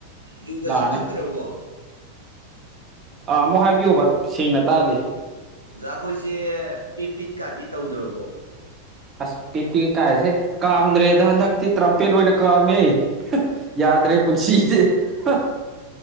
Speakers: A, on the right; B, on the right.
A: ꯌꯨꯒꯁꯤ
B: ꯂꯥꯛꯑꯅꯤ
A: ꯊꯛꯇ꯭ꯔꯕꯣ
B: ꯑꯥ ꯑꯃꯨꯛ ꯍꯥꯏꯕꯤꯌꯣꯕ ꯁꯦꯡꯅ ꯇꯥꯗꯦ
A: ꯑꯣꯖꯥ ꯈꯣꯏꯁꯦ ꯄꯤꯠ ꯄꯤꯠꯀꯥꯗꯤ ꯇꯧꯗ꯭ꯔꯕꯣ
B: ꯑꯁ ꯄꯦꯄꯦ ꯀꯥꯏꯁꯦ ꯀꯥꯝꯗ꯭ꯔꯦꯗ ꯍꯟꯗꯛꯇꯤ ꯇꯔꯝꯄꯦꯠ ꯑꯣꯏꯅ ꯀꯥꯝꯃꯦ ꯍꯥ ꯌꯥꯗ꯭ꯔꯦ ꯄꯨꯟꯁꯤꯁꯦ ꯍꯥ